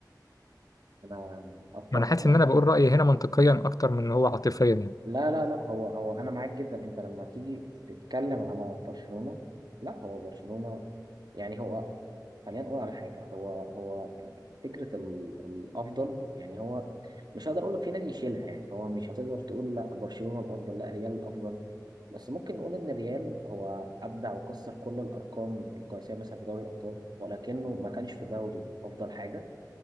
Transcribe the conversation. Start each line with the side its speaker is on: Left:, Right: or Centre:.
Right: انا اتفق
Left: أنا حاسس
Right: معاك
Left: إن أنا بقول رأيي هنا منطقيا أكتر من إن هو عاطفيا يعني
Right: لا لا لا هو هو انا معاك جدا انت لما تيجي تتكلم على برشلونة لا هو برشلونة يعني هو خلينا نقول على حاجة هو هو فكرة ال- الافضل يعني هو مش هقدر اقول لك في نادي يشيلها يعني هو مش هتقدر تقول لا برشلونة الافضل لا ريال الافضل بس ممكن نقول ان ريال هو ابدع وكسر كل الارقام القياسية مثلا في دوري الابطال ولكنه ما كانش في دوري افضل حاجة